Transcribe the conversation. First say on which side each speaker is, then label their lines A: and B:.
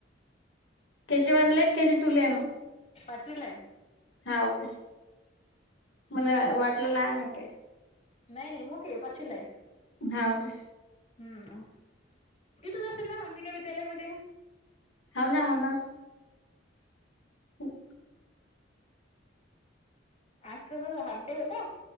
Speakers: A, on the left; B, on the left.
A: ते म्हणलेत तुजी तु ले मग.
B: पाचवीलाय.
A: हाव का मला वाटलं लहान आहे का.
B: नाय नाय मोठी आहे पाचवीलाय.
A: हव का.
B: हम्म तिथंच असेल ना अंबिक विद्यालय मध्ये.
A: होना होना. <unintelligible>
B: आज कस हाफ डे होता.